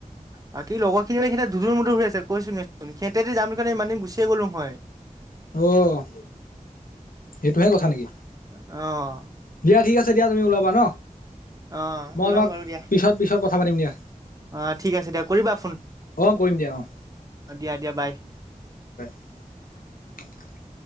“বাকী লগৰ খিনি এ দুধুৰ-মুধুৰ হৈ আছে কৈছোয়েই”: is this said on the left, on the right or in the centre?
Right